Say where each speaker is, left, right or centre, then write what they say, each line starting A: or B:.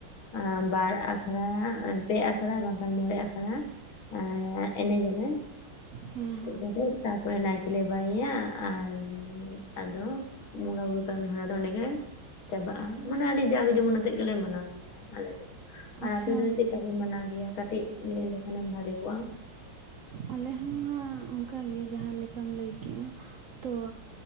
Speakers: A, on the left; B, on the right.
A: ᱟᱸ ᱵᱟᱨ ᱟᱠᱷᱲᱟ ᱟᱱ ᱯᱮ ᱟᱠᱷᱲᱟ ᱵᱟᱝᱠᱷᱟᱱ ᱢᱚᱬᱮ ᱟᱠᱷᱲᱟ ᱮᱻ ᱮᱱᱮᱡ ᱟᱞᱮ᱾
B: ᱦᱮᱸ ᱦᱮᱸ᱾
A: ᱛᱟᱯᱚᱨᱮ, ᱛᱟᱯᱚᱨᱮ ᱱᱟᱭᱠᱮᱞᱮ ᱵᱟᱹᱭ ᱮᱭᱟ ᱟᱨ ᱟᱫᱚ ᱵᱚᱸᱜᱟ ᱵᱩᱨᱩ ᱠᱟᱢᱤ ᱦᱚᱨᱟ ᱫᱚ ᱚᱸᱰᱮ ᱜᱮ ᱪᱟᱵᱟᱜᱼᱟ᱾ ᱢᱟᱱᱮ ᱟᱰᱤ ᱡᱟᱸᱠ ᱡᱚᱢᱚᱱ ᱟᱛᱮᱜ ᱜᱮᱞᱮ ᱢᱟᱱᱟᱣ ᱜᱮᱭᱟ, ᱟᱞᱮ ᱫᱚ᱾ ᱟᱨ
B: ᱟᱪᱪᱷᱟ
A: ᱟᱯᱮ ᱫᱚ ᱪᱮᱫ ᱞᱮᱠᱟᱯᱮ ᱢᱟᱱᱟᱣ ᱜᱮᱭᱟ? ᱠᱟᱴᱤᱡ ᱞᱟᱹᱭ ᱞᱮᱠᱷᱟᱱᱮᱢ ᱵᱷᱟᱞᱮ ᱠᱚᱜᱼᱟ᱾
B: ᱟᱞᱮ ᱦᱚᱸ ᱦᱟᱸᱜ ᱚᱱᱠᱟᱜᱮ, ᱡᱟᱦᱟᱸ ᱞᱮᱠᱟᱢ ᱞᱟᱹᱭ ᱠᱮᱜᱼᱟ᱾ ᱛᱚ